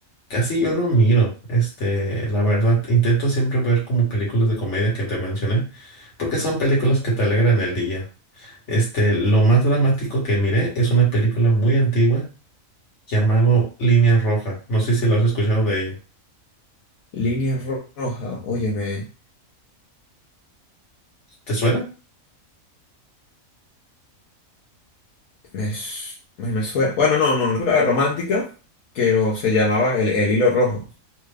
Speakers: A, on the left; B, on the left.
A: casi yo no miro. Este, la verdad, intento siempre ver como películas de comedia que te mencioné, porque son películas que te alegran el día. Este, lo más dramático que miré es una película muy antigua llamado Línea Roja. No sé si lo has escuchado de ella.
B: Línea ro- roja, oye, me,
A: ¿Te suena?
B: me, su- me me suena. Bueno, no, no, una película romántica, pero se llamaba El, El Hilo Rojo.